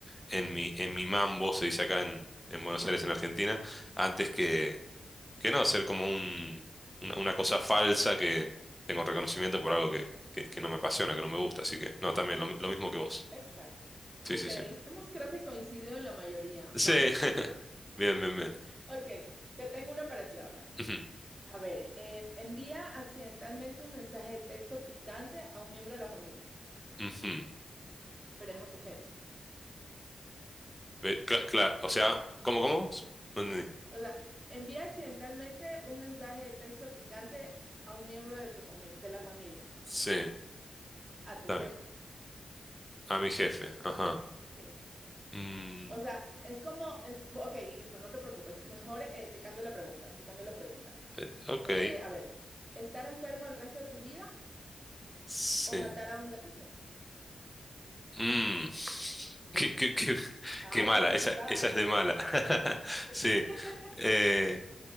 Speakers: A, in the centre; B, on the right.
A: en mi, en mi mambo, se dice acá en, en Buenos
B: sí,
A: Aires, en Argentina, antes que, que no, hacer como un, una, una cosa falsa que tengo reconocimiento por algo que, que, que no me apasiona, que no me gusta. Así que, no, también lo, mi- lo mismo que vos.
B: exacto.
A: Sí,
B: Ok,
A: sí, sí.
B: hemos creo que coincidido en la mayoría.
A: Sí,
B: Vamos
A: <laughs>
B: muy bien.
A: bien, bien, bien.
B: Ok, te tengo una para ti ahora.
A: Ujú,
B: A ver, eh, envía accidentalmente un mensaje de texto picante a un miembro de la familia,
A: ujú.
B: pero es a tu jefe.
A: Ve- cla- cla- o sea, ¿cómo, cómo? No entendí.
B: O sea, envía accidentalmente un mensaje de texto picante a un miembro de tu familia, de la familia,
A: Sí,
B: a tu
A: está
B: jefe.
A: bien. A mi jefe, ajá.
B: Sí.
A: Mm,
B: O sea, es como, es, ok, listo, no te preocupes. Mejor eh, te cambio la pregunta, te cambio la pregunta.
A: eh, ok,
B: Eh, a ver, ¿estar enfermo el resto de tu vida
A: sí.
B: o matar a un gatito?
A: Mm, <laughs> qué, qué- qué-
B: Ay,
A: qué mala,
B: qué complicada,
A: esa, esa
B: ¿no?
A: es de mala. <laughs>
B: <laughs>
A: Sí. Eh,